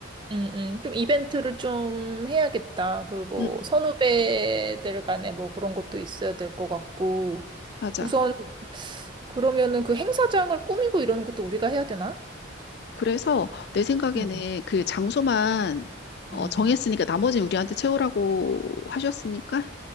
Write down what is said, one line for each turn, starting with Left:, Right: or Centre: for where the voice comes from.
Right: 응 응 좀 이벤트를 좀 해야겠다. 그 뭐
Left: 응,
Right: 선후배들 간에 뭐 그런 것도 있어야 될 것 같고.
Left: 맞아.
Right: 우선 그러면은 그 행사장을 꾸미고 이러는 것도 우리가 해야 되나?
Left: 그래서 내 생각에는
Right: 응.
Left: 그 장소만 어,
Right: 응.
Left: 정했으니까 나머지는 우리한테 채우라고 하셨으니까